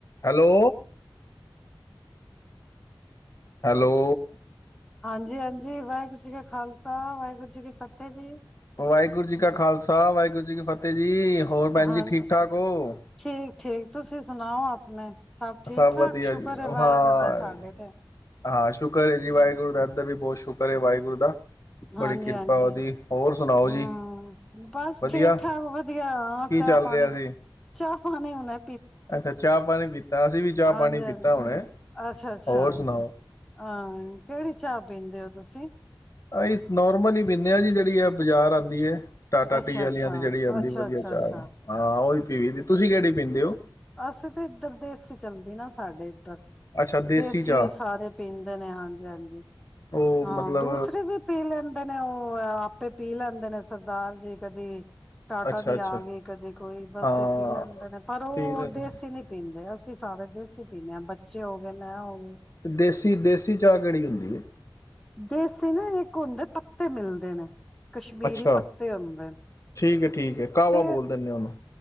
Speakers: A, on the left; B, in the centre.
A: ਹੈਲੋ। ਹੈਲੋ।
B: ਹਾਂਜੀ ਹਾਂਜੀ ਵਾਹਿਗੁਰੂ ਜੀ ਕਾ ਖਾਲਸਾ ਵਾਹਿਗੁਰੂ ਜੀ ਕੀ ਫਤਿਹ ਜੀ।
A: ਵਾਹਿਗੁਰੂ ਜੀ ਕਾ ਖਾਲਸਾ ਵਾਹਿਗੁਰੂ ਜੀ ਕੀ ਫਤਿਹ ਜੀ। ਹੋਰ ਭੈਣ
B: ਹਾਂ
A: ਜੀ ਠੀਕ ਠਾਕ ਹੋ?
B: ਠੀਕ ਠੀਕ ਤੁਸੀਂ ਸੁਣਾਓ ਆਪਣੇ ਠੀਕ-ਠਾਕ?
A: ਸਭ ਵਧੀਆ
B: ਸ਼ੁਕਰ
A: ਜੀ।
B: ਹੈ ਵਾਹਿਗੁਰੂ
A: ਹਾਂ
B: ਦਾ ਸਾਡੇ ਤੇ
A: ਹਾਂ ਸ਼ੁਕਰ ਹੈ ਜੀ ਵਾਹਿਗੁਰੂ ਸਾਹਿਬ ਦਾ ਵੀ ਬਹੁਤ ਸ਼ੁਕਰ ਹੈ ਵਾਹਿਗੁਰੂ ਦਾ,
B: ਹਾਂਜੀ
A: ਬੜੀ ਕਿਰਪਾ
B: ਹਾਂਜੀ
A: ਉਹਦੀ, ਹੋਰ ਸੁਣਾਓ ਜੀ?
B: ਹੂੰ ਬਸ
A: ਵਧੀਆ,
B: ਠੀਕ ਠਾਕ ਵਧੀਆ
A: ਕੀ
B: ਚਾਹ
A: ਚੱਲ
B: ਪਾਣੀ
A: ਰਿਹਾ ਸੀ?
B: ਚਾਹ ਪਾਣੀ ਹੁਣੇ
A: ਅੱਛਾ ਚਾਹ ਪਾਣੀ ਪੀਤਾ ਅਸੀਂ ਵੀ ਚਾਹ
B: ਹਾਂਜੀ
A: ਪਾਣੀ
B: ਹਜੀ
A: ਪੀਤਾ ਹੁਣੇ,
B: ਅੱਛਾ ਅੱਛਾ
A: ਹੋਰ ਸੁਣਾਓ?
B: ਹਾਂ ਕਿਹੜੀ ਚਾਹ ਪੀਂਦੇ ਹੋ ਤੁਸੀਂ।
A: ਆ ਨੋਰਮਲ ਹੀ ਪੀਣੇ ਆ ਜੀ ਜਿਹੜੀ ਹੈ ਬਜ਼ਾਰ ਆਦੀ ਆ। ਟਾਟਾ
B: ਅੱਛਾ-ਅੱਛਾ,
A: ਟੀ ਵਾਲੀਆਂ ਦੀ ਜਿਹੜੀ ਆਂਦੀ
B: ਅੱਛਾ-ਅੱਛਾ-ਅੱਛਾ।
A: ਵਧੀਆ ਚਾਹ ਹਾਂ ਉਹ ਹੀ ਪੀਵ ਦੀ ਤੁਸੀਂ ਕਿਹੜੀ ਪੀਂਦੇ ਹੋ।
B: ਅਸੀਂ ਤੇ ਇੱਧਰ ਦੇਸੀ ਚੱਲਦੀ ਨਾ ਸਾਡੇ ਇੱਧਰ
A: ਅੱਛਾ
B: ਦੇਸੀ
A: ਚਾਹ
B: ਹੋ ਸਾਰੇ ਪੀਂਦੇ ਨੇ ਹਾਂਜੀ ਹਾਂਜੀ
A: ਉਹ
B: ਹਾਂ
A: ਮਤਲਬ
B: ਦੂਸਰੇ ਵੀ ਪੀ ਲੈਂਦੇ ਨੇ ਉਹ ਤੇ ਪੀ ਲੈਂਦੇ ਨੇ ਸਭ ਸਰਦਾਰ ਜੀ ਕਦੀ ਟਾਟਾ
A: ਅੱਛਾ
B: ਦੀ
A: ਅੱਛਾ
B: ਆ ਗਈ ਕਦੇ ਕੋਈ ਬਸ
A: ਹਾਂ
B: ਇਹ ਪੀ ਲੈਂਦੇ ਨੇ ਪਰ ਉਹ
A: ਪੀ ਲੈਂਦੇ
B: ਦੇਸੀ ਨਹੀਂ ਪੀਂਦੇ ਅਸੀਂ ਸਾਰੇ ਦੇਸੀ ਪੀਂਦੇ ਹਾਂ ਬੱਚੇ ਹੋ ਲੈ ਹੋ ਗਈ
A: ਤੇ ਦੇਸੀ ਦੇਸੀ ਚਾਹ ਕਿਹੜੀ ਹੁੰਦੀ ਦੀ ਏ
B: ਦੇਸੀ ਨਾ ਇੱਕ ਹੁੰਦੇ ਪੱਤੇ ਮਿਲਦੇ ਨੇ ਕਸ਼ਮੀਰੀ
A: ਅੱਛਾ
B: ਪੱਤੇ ਹੁੰਦੇ ਨੇ
A: ਠੀਕ ਹੈ ਠੀਕ ਹੈ ਕਾਹਵਾ
B: ਤੇ
A: ਬੋਲ ਦਿੰਦੇ ਉਹਨੂੰ